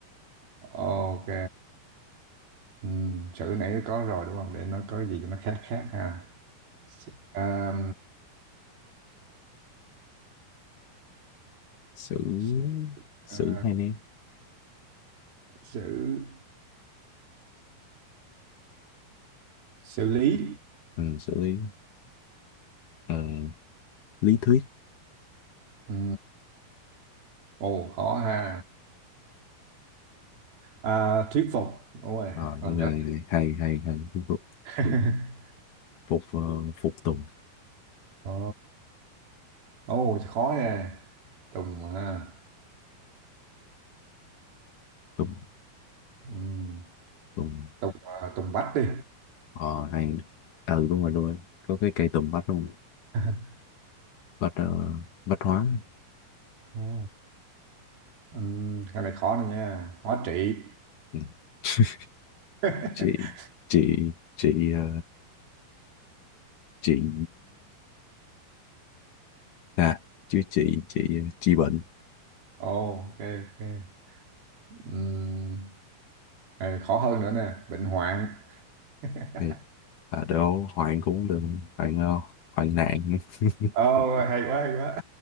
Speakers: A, on the right (about 75°); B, on the left (about 60°).
A: ok ừ, chữ nãy có rồi đúng không để nó có gì cho nó khác khác ha xử, à,
B: xử
A: xử,
B: xử
A: à,
B: hay nè
A: xử xử lý
B: ừ xử lý Ờ, lý thuyết
A: ừ. ồ khó ha à, thuyết phục ôi
B: ờ
A: còn
B: rồi
A: nhớ
B: rồi, hay hay hay phục
A: <laughs>
B: phục ờ, phục tùng
A: ồ ồ khó nè tùng ha
B: tùng
A: Ừm,
B: tùng
A: Tùng à, Tùng Bách đi
B: ờ hay ừ đúng rồi đúng rồi có cái cây tùng bách luôn
A: <laughs>
B: bách ờ, bách hóa
A: Ồ. Ừm, cái này khó này nha hóa trị
B: ừ. <laughs>
A: <laughs>
B: chị chị chị ờ, chị à chứ chị chị chị bệnh
A: Ồ, ok ok Ừm, cái này khó hơn nữa nè bệnh hoạn <laughs>
B: này à đâu Hoàng cũng đừng Hoàng ờ, Hoàng nạn <laughs>
A: Ồ, hay quá hay quá